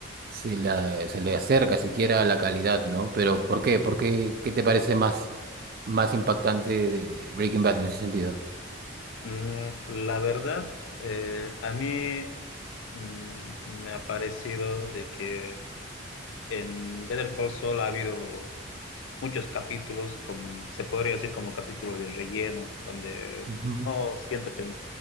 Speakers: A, on the right (about 45°); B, on the left (about 75°).
A: se la, se le acerca siquiera a la calidad, ¿no? Pero ¿por qué? ¿Por qué? ¿Qué te parece más, más impactante de Breaking Bad en ese sentido?
B: Mm, la verdad, eh, a mí mm, me ha parecido de que en Better Call Saul ha habido muchos capítulos, como, se podría decir como capítulos de relleno, donde
A: Ujú,
B: no siento que